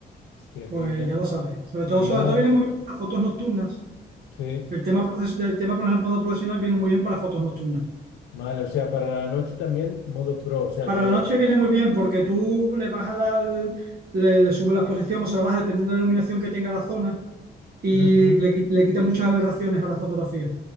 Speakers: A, on the left (about 85°); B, on the right (about 55°).
A: Hostia,
B: pues
A: qué bien.
B: ya lo sabes. Sobre
A: Ya,
B: todo, sobre todo viene muy bien para fotos nocturnas.
A: sí.
B: El tema, proces- el tema por ejemplo, profesional viene muy bien para fotos nocturnas.
A: Vale, o sea, para la noche también modo pro, o sea,
B: Para
A: el modo...
B: la noche viene muy bien porque tú le bajas la, le, le subes la exposición o se la bajas dependiendo de la iluminación que tenga la zona y
A: Ujú.
B: le, qui- le quita muchas aberraciones a la fotografía.